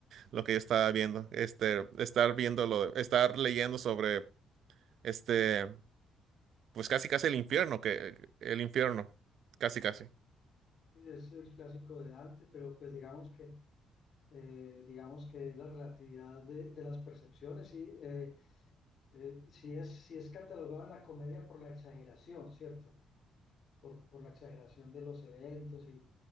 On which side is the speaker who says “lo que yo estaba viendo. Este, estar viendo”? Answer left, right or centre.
Right